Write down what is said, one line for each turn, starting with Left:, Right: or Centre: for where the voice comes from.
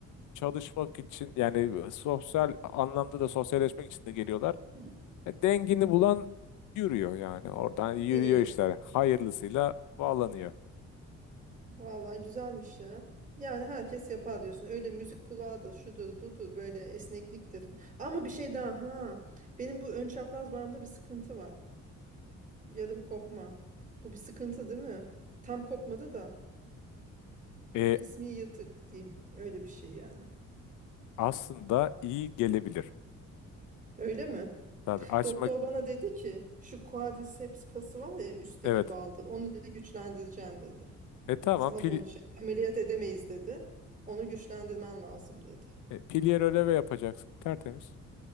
Left: çalışmak için yani sosyal anlamda da sosyalleşmek için de geliyorlar.
Right: <laughs>
Left: E, dengini bulan yürüyor yani
Right: O-
Left: oradan yürüyor
Right: Yürüyor.
Left: işler. Hayırlısıyla bağlanıyor.
Right: Vallahi güzelmiş ya. Yani herkes yapar diyorsun. Öyle müzik kulağı da şudur budur böyle esnekliktir. falan. Ama bir şey daha ha. Benim bu ön çapraz bağımda bir sıkıntı var. Yarım kopma. Bu bir sıkıntı değil mi? Tam kopmadı da
Left: E,
Right: kısmi yırtık diyeyim öyle bir şey yani.
Left: aslında iyi gelebilir.
Right: Öyle mi?
Left: Tabii açmak
Right: Doktor bana dedi ki şu quadriceps kası var ya üstteki
Left: evet.
Right: baldır. Onu dedi güçlendireceğim dedi.
Left: E tamam
Right: Sana
Left: pil,
Right: bunu şey ameliyat edemeyiz dedi. Onu güçlendirmen lazım dedi.
Left: e, pilyer öleve yapacaksın tertemiz.